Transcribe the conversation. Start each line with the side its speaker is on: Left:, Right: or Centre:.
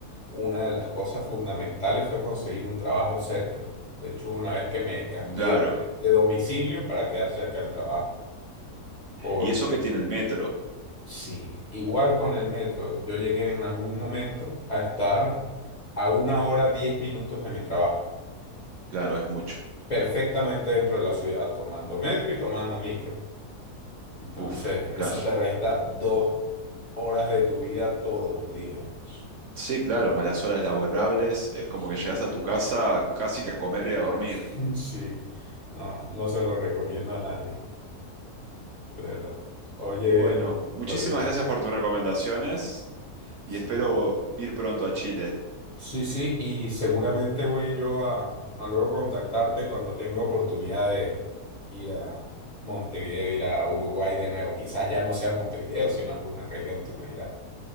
Left: una de las cosas fundamentales fue conseguir un trabajo cerca. De hecho, una vez que me cambié
Right: Claro.
Left: de domicilio para quedar cerca del trabajo, porque
Right: Y eso que tiene el metro,
Left: sí, igual con el metro, yo llegué en algún momento a estar a una hora diez minutos de mi trabajo,
Right: claro, es mucho.
Left: perfectamente dentro de la ciudad, tomando metro y tomando micro. Entonces,
Right: Uf, claro.
Left: eso te resta dos horas de tu vida todos los días.
Right: Sí, claro,
Left: Mm,
Right: malas horas laborables, es como
Left: Sí,
Right: que llegas a tu casa casi que a comer y a dormir.
Left: <laughs> Sí. no, no se lo recomiendo a nadie, de verdad. Oye,
Right: Bueno, muchísimas
Left: Rodrigo.
Right: gracias por tus recomendaciones
Left: Sí,
Right: y espero ir pronto a Chile.
Left: sí, sí, y seguramente voy yo a, a luego contactarte cuando tenga oportunidad de ir a Montevideo, ir a Uruguay de nuevo. Quizás ya no sea Montevideo, sino alguna región, tú me dirás.